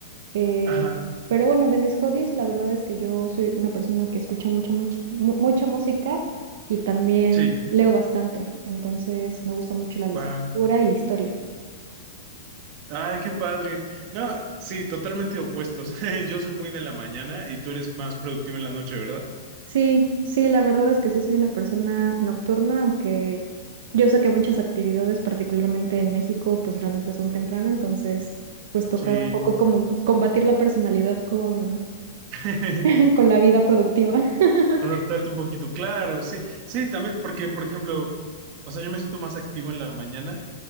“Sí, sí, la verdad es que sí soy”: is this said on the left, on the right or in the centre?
Right